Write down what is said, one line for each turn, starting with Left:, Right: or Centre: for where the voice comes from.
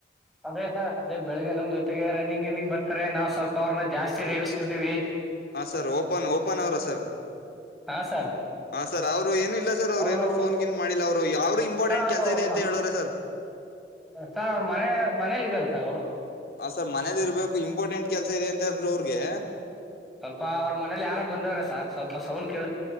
Centre: ಅದೇ ಸರ್ ಅದೇ ಬೆಳಗ್ಗೆ ನಮ್ ಜೊತೆಗೆ ರನ್ನಿಂಗ್ ಗಿನ್ನಿಂಗ್ ಬರ್ತಾರೆ ನಾವ್. ಸ್ವಲ್ಪ ಅವ್ರನ್ನ ಜಾಸ್ತಿ ರೇಗಿಸ್ಬಿಡ್ತೀವಿ
Left: ಹ ಸರ್ ಓಪನ್ ಓಪನ್ ಅವರ ಸರ್.
Centre: ಹಾ ಸರ್.
Left: ಹಾ ಸರ್ ಅವ್ರು ಏನು ಇಲ್ಲ ಸರ್ ಅವ್ರ
Centre: ಅವರು
Left: ಏನು ಫೋನ್ಗಿನ್ ಮಾಡಿಲ್ಲ ಅವ್ರು ಇಂಪಾರ್ಟೆಂಟ್
Centre: ಅವರು
Left: ಕೆಲಸ ಇದೆ ಅಂತ ಹೇಳೋರ ಸರ್.
Centre: ಸರ್ ಅವ್ರ ಮನೆ. ಮನೇಲಿ ಇದಾರ ಸರ್ ಅವು.
Left: ಹಾ ಸರ್ ಮನೆಲ್ಲಿ ಇರ್ಬೇಕು ಇಂಪಾರ್ಟೆಂಟ್ ಕೆಲಸ ಇದೆ ಅಂತ ಅಂದ್ರು ಅವ್ರಿಗೆ.
Centre: ಸ್ವಲ್ಪ ಅವ್ರ ಮನೇಲಿ ಯಾರ ಬಂದವ್ರ ಸರ್ ಸ್ವಲ್ಪ ಸೌಂಡ್ ಕೇಳ.